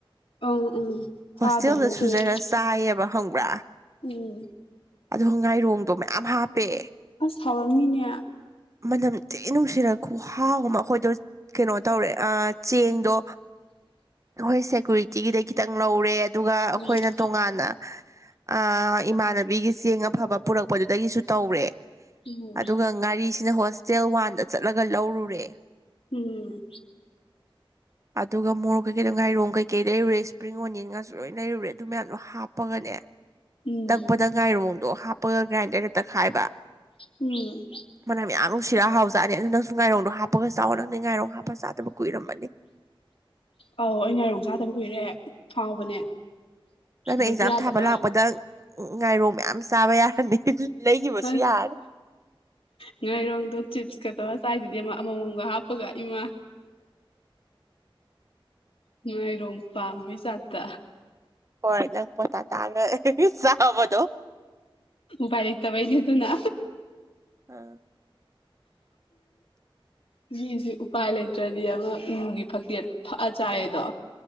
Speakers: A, on the left (about 80°); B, on the right (about 35°).
A: ꯑꯪ ꯎꯝ ꯆꯥꯗꯕꯕꯨ
B: ꯍꯣꯁꯇꯦꯜꯗ ꯁꯨꯖꯔ
A: ꯀꯨꯏꯔꯦ
B: ꯆꯥꯏꯕ ꯍꯪꯕ꯭ꯔꯥ
A: ꯎꯝ
B: ꯑꯗꯣ ꯉꯥꯏꯔꯣꯡꯗꯣ ꯃꯌꯥꯝ ꯍꯥꯞꯄꯦꯦ
A: ꯑꯁ ꯁꯥꯎꯔꯝꯃꯤꯅꯦ
B: ꯃꯅꯝ ꯆꯤ ꯅꯨꯡꯁꯤꯔ ꯈꯨꯍꯥꯎꯒꯨꯝꯕ ꯑꯩꯈꯣꯏꯗꯣ ꯀꯩꯅꯣ ꯇꯧꯔꯦ ꯆꯦꯡꯗꯣ ꯑꯩꯣꯏ ꯁꯦꯀ꯭ꯌꯨꯔꯤꯇꯤꯒꯤꯗꯩ ꯈꯤꯇꯪ ꯂꯧꯔꯦ ꯑꯗꯨꯒ ꯑꯩꯈꯣꯏꯅ
A: ꯎꯝ
B: ꯇꯣꯉꯥꯟꯅ ꯑ ꯏꯃꯥꯟꯅꯕꯤꯒꯤ ꯆꯦꯡ ꯑꯐꯕ ꯄꯨꯔꯛꯄꯗꯨꯗꯒꯤꯁꯨ ꯇꯧꯔꯦ
A: ꯎꯝ
B: ꯑꯗꯨꯒ ꯉꯥꯔꯤꯁꯤꯅ ꯍꯣꯁꯇꯦꯜ ꯋꯥꯟꯗ ꯆꯠꯂꯒ ꯂꯧꯔꯨꯔꯦ
A: ꯎꯝ
B: ꯑꯗꯨꯒ ꯃꯣꯔꯣꯛ ꯀꯩꯀꯩꯗꯣ ꯉꯥꯏꯔꯣꯡ ꯀꯩꯀꯩ ꯂꯩꯔꯨꯔꯦ ꯏꯁꯄ꯭ꯔꯤꯡ ꯑꯣꯅꯤꯌꯟꯒꯥꯁꯨ ꯂꯣꯏꯅ ꯂꯩꯔꯨꯔꯦ ꯑꯗꯨ ꯃꯌꯥꯝꯗꯣ ꯍꯥꯞ ꯍꯥꯞꯄꯒꯅꯦ
A: ꯎꯝ
B: ꯇꯛꯄꯗ ꯉꯥꯏꯔꯣꯡꯗꯣ ꯍꯥꯞꯄꯒ ꯒ꯭ꯔꯥꯏꯟꯗꯔꯗ ꯇꯛꯈꯥꯏꯕ
A: ꯎꯝ
B: ꯃꯅꯝ ꯌꯥꯝꯅꯨꯡ ꯁꯤꯔ ꯍꯥꯎꯖꯥꯅꯤ ꯑꯗꯨꯅ ꯅꯪꯁꯨ ꯉꯥꯏꯔꯣꯡꯗꯣ ꯍꯥꯞꯄꯒ ꯆꯥꯎꯋꯑꯣ ꯅꯪ ꯅꯪ ꯉꯥꯏꯔꯣꯡ ꯍꯥꯞꯄ ꯆꯥꯕ ꯀꯏꯔꯝꯕꯅꯤ
A: ꯑꯧ ꯑꯩ ꯉꯥꯏꯔꯣꯡ ꯆꯥꯗꯕ ꯀꯨꯏꯔꯦ ꯍꯥꯎꯕꯅꯦ
B: ꯉꯅꯩ
A: ꯕꯨꯖꯤꯌꯥꯗꯒ
B: ꯌꯦꯟꯖꯥ ꯊꯥꯕ ꯂꯥꯛꯄꯗ ꯎ ꯉꯥꯏꯔꯣ ꯃꯌꯥꯝ ꯆꯥꯕ ꯌꯥꯔꯅꯤ ꯂꯩꯈꯤꯕꯁꯨ
A: ꯐ
B: ꯌꯥꯔꯅꯤ
A: ꯉꯥꯏꯔꯣꯡꯗꯣ ꯆꯤꯞꯁꯀ ꯇꯧ ꯆꯥꯏꯁꯤꯗꯤ ꯑꯃ ꯑꯃꯃꯝꯒ ꯍꯥꯞꯄꯒ ꯏꯃꯥ ꯅꯥꯏꯔꯣꯡ ꯄꯥꯝꯕꯩ ꯆꯥꯠꯇ
B: ꯍꯣꯏ ꯅꯪ ꯄꯣꯇꯥ ꯇꯥꯒ ꯁꯥꯕꯗꯣ
A: ꯄꯥꯏ ꯂꯩꯇꯕꯩꯅꯦ ꯑꯗꯨꯅ
B: ꯑꯥ <inaudible>
A: ꯃꯤꯁꯤ ꯎꯄꯥꯏ ꯂꯩꯇ꯭ꯔꯗꯤ ꯑꯃ ꯎꯒꯤ ꯐꯛꯆꯦꯠ ꯐꯛꯑ ꯆꯥꯏꯌꯦꯗꯣ